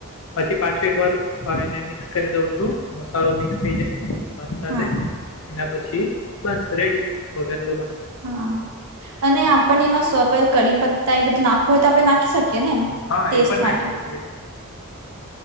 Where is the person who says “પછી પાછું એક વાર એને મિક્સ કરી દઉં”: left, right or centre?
Left